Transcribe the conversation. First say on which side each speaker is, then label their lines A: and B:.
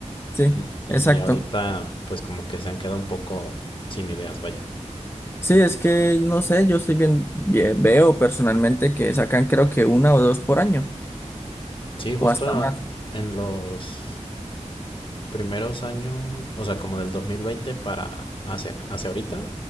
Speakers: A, on the left (about 20°); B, on the left (about 45°).
A: Sí,
B: y, y
A: exacto.
B: ahorita pues como que se han quedado un poco sin ideas, vaya.
A: Sí, es que no sé, yo estoy bien, bien- veo personalmente que sacan creo que una o dos por año
B: Sí, justo
A: o hasta
B: a-
A: más.
B: en los primeros años, o sea, como del 2020 para hacia, hacia ahorita,